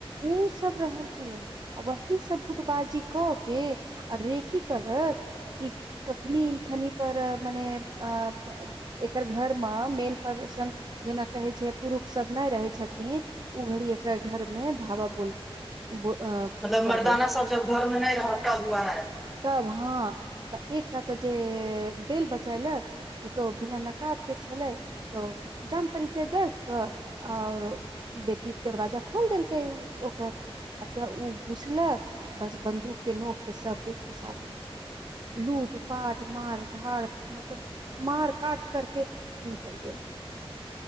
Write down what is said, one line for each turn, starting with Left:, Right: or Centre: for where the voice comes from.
Right: उ सब रहल छलै आ वही सभ गुटबाजी कऽ के आ रेेकी करत कि कखनी खनी पर मने अ एकर घर मे मेन पर्सन जेना कहै छै पुरुषसभ नहि रहै छथिन ओ घड़ी एकरा घरमे धाबा बोल बो अ
Centre: मतलब
Right: करबै
Centre: मर्दाना सब जब घर में नहि रहत तब वरायत
Right: तब हँ तऽ एकटा तऽ जे बेल बजेलक ओ तऽ बिना नकाब के छलै तऽ जान परिचय देख कऽ आओर बेटी दरवाजा खोल देलकै ओ ओकर अच्छा ओ घुसलक बस बन्दूकके नोक पे सभके घुसा देलक लूट पाट मार धाड़ मतलब मार काट करके निकल गेल